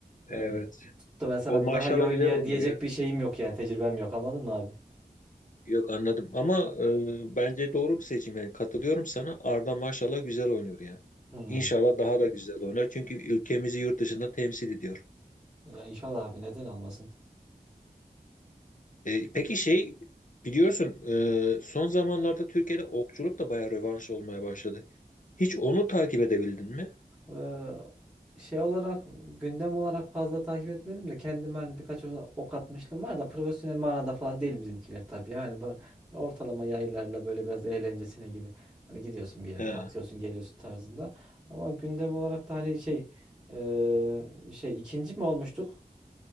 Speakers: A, on the left; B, in the centre.
A: Evet.
B: e, tutup da ben sana
A: O maşallah
B: bu daha iyi oynuyor
A: güzel oynuyor
B: diyecek
A: ya.
B: bir şeyim yok yani tecrübem yok anladın mı abi?
A: Yok anladım ama e, bence doğru bir seçim yani katılıyorum sana. Arda maşallah güzel oynuyor yani.
B: Hmm.
A: İnşallah daha da güzel oynar çünkü ülkemizi yurt dışında temsil ediyor.
B: Ya inşallah abi neden olmasın?
A: E, peki şey biliyorsun e, son zamanlarda Türkiye'de okçuluk da bayağı rövanş olmaya başladı. Hiç onu takip edebildin mi?
B: Ee, şey olarak gündem olarak fazla takip etmedim de kendime hani birkaç o- ok atmışlığım var da profesyonel manada falan değil bizimkiler tabii. Yani bu ortalama yaylarla böyle biraz eğlencesine gibi hani gidiyorsun bir yerde
A: He.
B: atıyorsun geliyorsun tarzında. Ama gündem olarak da hani şey e, şey ikinci mi olmuştuk?